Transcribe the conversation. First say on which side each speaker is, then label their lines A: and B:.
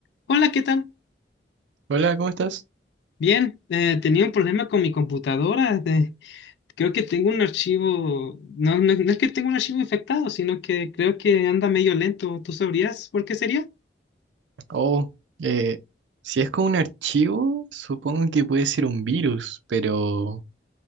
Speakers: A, on the left; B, on the right.
A: Hola, ¿qué tal?
B: Hola, ¿cómo estás?
A: Bien, eh, tenía un problema con mi computadora. de- creo que tengo un archivo, no, no, no es que tengo un archivo infectado, sino que creo que anda medio lento. ¿Tú sabrías por qué sería?
B: Oh, eh, si es con un archivo, supongo que puede ser un virus, pero